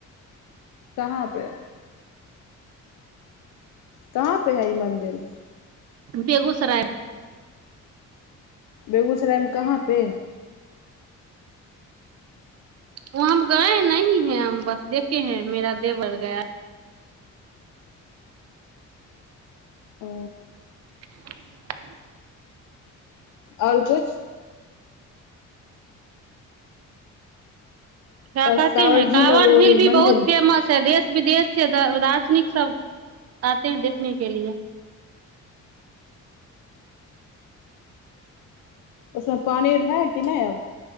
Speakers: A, on the left (about 80°); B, on the right (about 50°).
A: कहाँ पे कहाँ पे है ई मन्दिर
B: बेगूसरायमे
A: बेगूसरायमे कहाँ पे
B: ओ हम गए नही हैं हम बस देखे हैं मेरा देवर गया
A: ओ
B: <unintelligible>
A: आओर किछु
B: क्या
A: बस
B: कहे
A: कांवर
B: है काँवर
A: और वही
B: झील भी
A: मंदिर
B: बहुत फेमस है देश विदेश से दार्शनिक सब आते है देखने के लिए
A: ओमे पानि हँ क नहि आब